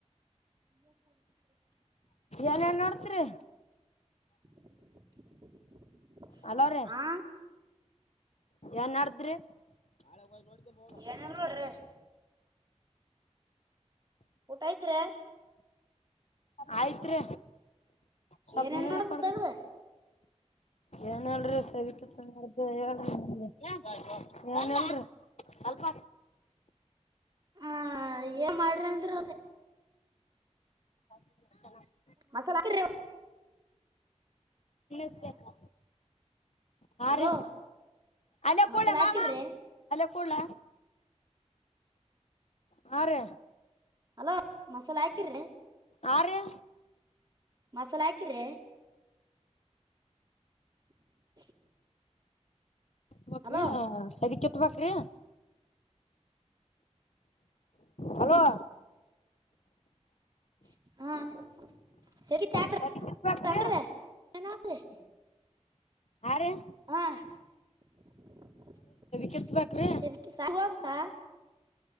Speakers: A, on the right (about 35°); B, on the left (about 65°).
A: ಇ ಸಮ <inaudible>
B: ಏನ್ ಏನ್ ನೋಡ್ತರಿ
A: <inaudible>
B: ಹಲೋ ರೀ
A: ಆ
B: ಏನ್ ಮಾಡಡದ್ರಿ ನಾಳೆ ಹೋಗಿ ನೋಡ್ಕೊಂಡು ಬಾವುಗು
A: ಏನೇನ್ ನೋಡ್ರಿ ಊಟ ಆಯ್ತಾ ರಿ
B: ಆಯ್ತ್ ರೀ ಸ್ವಪ್
A: ಏನೇನ್
B: ನೀವ
A: ಮಾಡದ
B: ರಕ್ಕಡ್ಗೆ
A: ತಗದ
B: ಏನ್ ಹೇಳಿ ಸರಿಕತ್ರ ಮಾಡಡ್ದ ಹೇಳ್ರಿ <unintelligible> ಏನಿಲ್ರೀ ನನ್ ಸ್ವಲ್ಪ
A: ಹಾ ಏನ್ ಮಾಡ್ರಿ ಅಂದ್ರ
B: ಹ <inaudible>
A: ಮಸಾಲೆ <unintelligible>
B: ತಿನ್ನುಸ್ ಬೇಕಾ ಹ
A: ಹಲೋ
B: ರೀ ಅಲ್ಲ
A: ಮಸಾಲ
B: ಕೂಲ ಮಾಮ
A: ಹಾಕಿರ್ರಿ
B: ಅಲ್ಲ ಕೂಡ್ಲ ಹಾ ರೇ
A: ಹಲೋ ಮಸಾಲ ಆಯಕಿ್ರೆ
B: ಆರು
A: ಮಸಾಲ ಆಕಿ್ರ <unintelligible>
B: ತ ಬಾಕ್ರಿ
A: ಹಲೋ
B: ಹ ಸದಕ್ಕೆ ತಬಾಕ್ರಿ ಹಲೋ
A: <unintelligible>
B: ಸದಿ ಕಿತ್ಬೇಕ್ರಿ ಯಾರ
A: ಹಾ <unintelligible>
B: ಕಿತ್ಬೇಕ್ರಿ